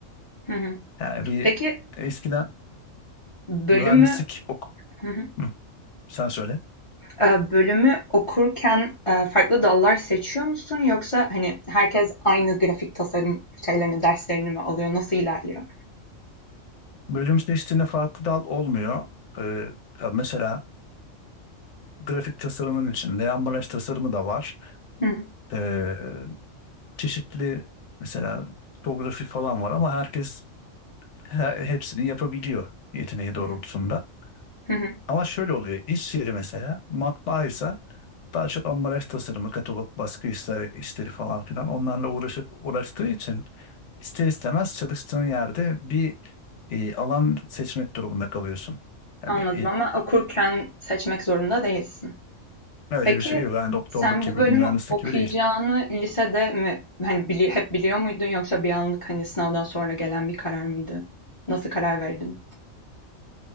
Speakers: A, on the left; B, on the left.
A: hı, hı hı.
B: Yani bir
A: Peki,
B: eskiden
A: e, bölümü
B: mühendislik ok
A: Hı hı.
B: Hı, sen söyle.
A: Eee, bölümü okurken, eee, farklı dallar seçiyor musun yoksa, hani, herkes aynı grafik tasarım şeylerini, derslerini mi alıyor? Nasıl ilerliyor?
B: Bölüm seçtiğinde farklı dal olmuyor. E, ya mesela grafik tasarımın içinde ambalaj tasarımı da var.
A: Hı hı.
B: Ee, çeşitli mesela tipografi falan var ama herkes he- hepsini yapabiliyor yeteneği doğrultusunda.
A: Hı hı. Hı hı.
B: Ama şöyle oluyor. İş yeri mesela matbaa ise daha çok ambalaj tasarımı, katalog, baskı işleri, işleri falan filan onlarla uğraşıp uğraştığı için ister istemez çalıştığın yerde bir e, alan seçmek durumunda kalıyorsun. Yani
A: Anladım
B: e,
A: ama okurken seçmek zorunda değilsin.
B: öyle
A: Peki,
B: bir şey yok. Yani doktorluk
A: sen
B: gibi,
A: bu bölümü
B: mühendislik
A: okuyacağını
B: gibi değil.
A: lisede mi, hani, bili hep biliyor muydun yoksa bir anlık, hani, sınavdan sonra gelen bir karar mıydı? Nasıl karar verdin?